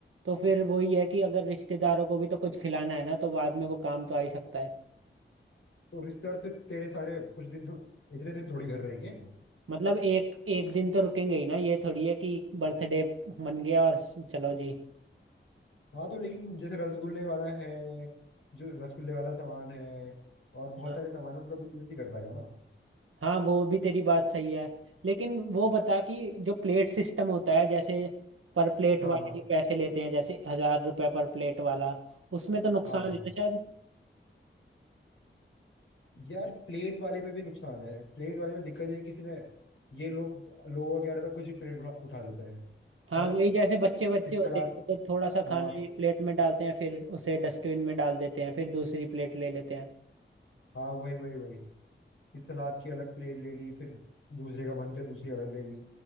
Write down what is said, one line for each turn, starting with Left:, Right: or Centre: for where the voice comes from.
Right: तो फिर वही है कि अगर रिश्तेदारों को भी तो कुछ खिलाना है ना तो बाद में वो काम तो आ ही सकता है
Left: तो रिश्तेदार तो तेरे सारे कुछ दिन तो इतने दिन थोड़ी घर रहेंगे
Right: मतलब एक एक दिन तो रुकेंगे ही ना ये थोड़ी है कि बर्थडे मन गया और स- चलो जी
Left: हाँ तो लेकिन जैसे रसगुल्ले वाला है जो रसगुल्ले वाला सामान है और बहुत
Right: हाँ
Left: सारे सामान है उनका तो यूज नहीं कर पाएगा ना
Right: हाँ वो भी तेरी बात सही है लेकिन वो बता कि जो प्लेट सिस्टम होता है जैसे पर प्लेट
Left: हाँ
Right: वाले
Left: हाँ
Right: जो पैसे लेते हैं जैसे हजार रुपए पर प्लेट वाला उसमें तो नुकसान
Left: हाँ
Right: है
Left: हाँ
Right: ना शायद
Left: यार प्लेट वाले में भी नुकसान है प्लेट वाले में दिक्कत ये है कि किसी ने ये लोग लोगों का कह रहा था कुछ भी प्लेट उठा उठा लेते हैं
Right: हाँ
Left: है ना
Right: वही जैसे बच्चे बच्चे
Left: फिर सलाद
Right: होते हैं तो थोड़ा सा
Left: हाँ
Right: खाना एक प्लेट में डालते हैं फिर उसे डस्टबिन में डाल देते हैं फिर दूसरी प्लेट ले लेते हैं
Left: हाँ वही वही वही फिर सलाद की अलग प्लेट ले ली फिर दूसरे का मन किया दूसरी अलग ले ली